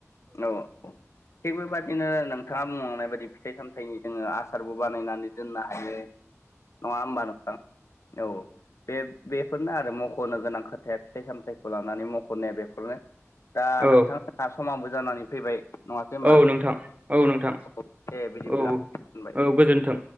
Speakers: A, on the left; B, on the right.
A: औ औ थिग बेबायदिनो नोंथाङा बुंलांनाय बायदि फिथाइ सामथाइनि जोङो आसारबो बानायनानै दोननो हायो नङा होमबा नोंथां औ बे बेफोरनो आरो मख'नो गोनां खोथाया फिथाइ सामथायाइखौ लानानै मख'नाया बेफोरनो दा
B: औ
A: नोंथाङा समाबो जानानै फैबाय नङासै होनोमबा
B: औ नोंथां औ नोंथां
A: औ दे बिदिब्ला
B: औ
A: दोनबाय
B: औ गोजोन्थों